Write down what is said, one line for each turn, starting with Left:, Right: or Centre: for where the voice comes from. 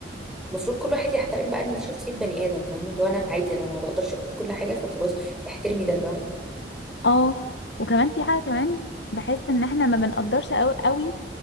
Centre: المفروض كل واحد يحترم بقى ان شخصيه بني ادم فاهمه اللي هو انا عادي انا ما بقدرش اقول كل حاجه فخلاص احترمي ده فاهمه
Left: اه وكمان في حاجه كمان بحس ان احنا ما بنقدرش قوي